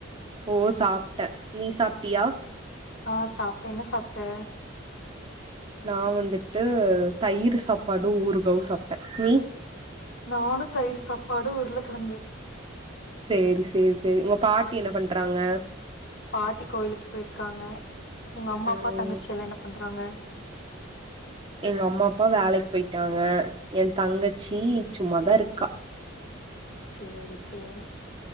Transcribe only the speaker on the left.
ஆ சாப்பிட்டே என்ன சாப்பிட்ட
நானு தயிர் சாப்பாடு உருளைக்கெழங்கு
பாட்டி கோயிலுக்கு போயிருக்காங்க உங்க அம்மா
அப்பா தங்கச்சியல்லா என்ன பண்றா றாங்க
சேரி சேரி